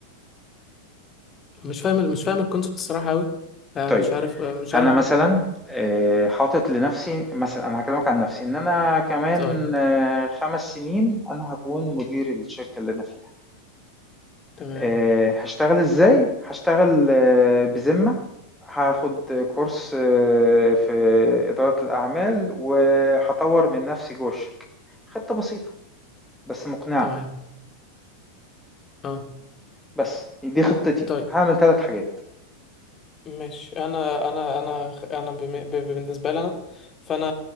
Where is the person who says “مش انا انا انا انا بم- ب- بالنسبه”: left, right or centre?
Left